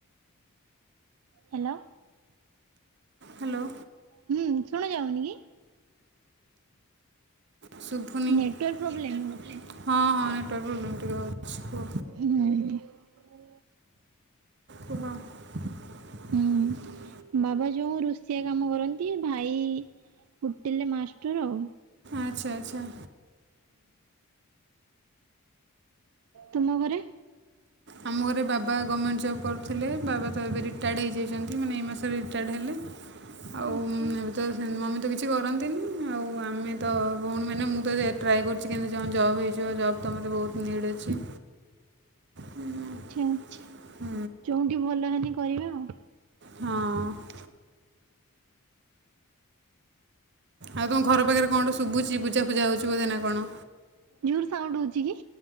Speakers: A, on the right; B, on the right.
A: ହାଲୋ।
B: ହାଲୋ।
A: ହୁଁ ଶୁଣ ଯାଉନି କି?
B: ଶୁଭୁନି ନେଟୱାର୍କ
A: ନେଟୱର୍କ ପ୍ରୋବ୍ଲେମ୍ ହଉଥିବ।
B: ହଁ ହଁ ନେଟୱାର୍କ ପ୍ରୋବ୍ଲେମ୍ ଟିକେ ହେଉଛି କୁହ
A: ହ
B: କୁହ? <inaudible>
A: ହୁଁ ବାବା ଯୋଉ ରୋସେୟା କାମ କରନ୍ତି ଭାଇ ହୋଟେଲରେ ମାଷ୍ଟର ଆଉ।
B: ଆଛା ଆଛା।
A: ତୁମ ଘରେ?
B: ଆମ ଘରେ ବାବା ଗଭର୍ଣ୍ଣମେଣ୍ଟ ଜବ୍ କରୁଥିଲେ, ବାବା ତ ଏବେ ରିଟାୟାର୍ଡ଼ ହେଇଯାଇଛନ୍ତି, ମାନେ ଏଇ ମାସରେ ରିଟାୟାର୍ଡ଼ ହେଲେ। ଆଉ
A: ଆଚ୍ଛା
B: ତ ମମି ତ କିଛି କରନ୍ତିନି, ଆଉ ଆମେ ତ ଭଉଣୀମାନେ ମୁଁ ତ ଟ୍ରାଏ କର କିଛି କେନ୍ତିତି ଜ ଜବ୍ ହେଇଯିବ, ଜବ୍ ତ ମୋେ ବହୁତ ନିଡ଼୍ ଅଛି। ହୁଁ।
A: ଆଛା, ଚୋଉଠି ଭଲ ହେନି କରିବା ଆଉ।
B: ହଁ ଅଁ ଆଉ ତୁମ ଘର ପାଖରେ କଣଠୁ ଶୁଭୁଛି ପୂଜାଫୁଜା ହେଉଛି ବୋଧେ ନା କଣ?
A: ଜୁର୍ ସାଉଣ୍ଡ ହଉଛି କି?